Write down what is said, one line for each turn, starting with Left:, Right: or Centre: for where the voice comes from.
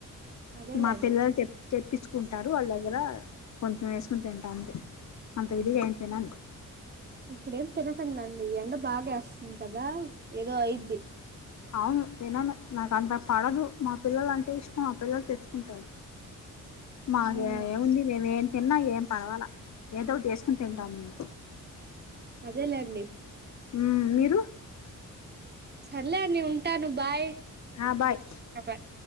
Right: అదేలే
Left: మా
Right: అండి
Left: పిల్లలు తె తెప్పించుకుంటారు వాళ్ళ దగ్గర కొంచెం వేసుకొని తింటా అంతే అంత విధిగా ఏం తినను
Right: ఇప్పుడేం తినకకండి ఎండ బా గ్యాస్ కదా ఏదో అయిద్ది
Left: అవును తినను నాకు అంత పడదు మా పిల్లలు అంటే ఇష్టం మా పిల్లలు తే ఉంటాారు మాకు
Right: ఉమ్
Left: ఏముంది మేము ఏం తిన్నా ఏం పర్వాలా ఏదో ఒకటి ఎసుకోని తింటాము మేము
Right: అదేలేండి
Left: హ్మ్ మీరు
Right: సర్లేండి ఉంటాను బాయ్
Left: ఆ బాయ్
Right: బాయ్